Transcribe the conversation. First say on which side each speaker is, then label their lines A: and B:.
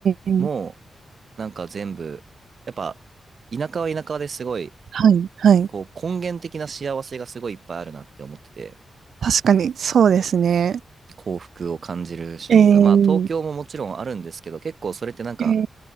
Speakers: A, on the right (about 75°); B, on the right (about 55°).
A: え、
B: も、なんか全部、やっぱ、田舎は田舎ですごい、
A: はい、はい。
B: こう根源的な幸せがすごいいっぱいあるなって思ってて、
A: 確かに、そうですね。
B: 幸福を感じる瞬間。
A: ええ、
B: まあ東京ももちろんあるんですけど、結構それってなんか、
A: ええ、